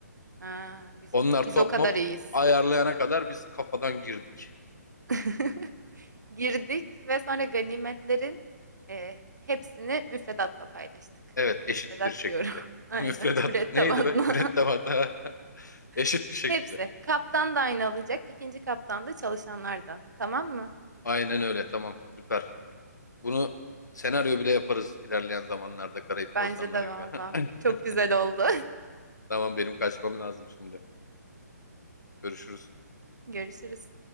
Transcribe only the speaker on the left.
Onlar
top
mop
ayarlayana kadar biz kafadan girdik.
Evet, eşit
bir şekilde.
<laughs> Müfredat
neydi be? Mürettebat ha. <laughs> Eşit
bir şekilde.
Aynen öyle. Tamam, süper. Bunu senaryo bile yaparız ilerleyen zamanlarda Karayip
Korsanları
gibi.
<laughs>
Tamam, benim kaçmam lazım şimdi. Görüşürüz.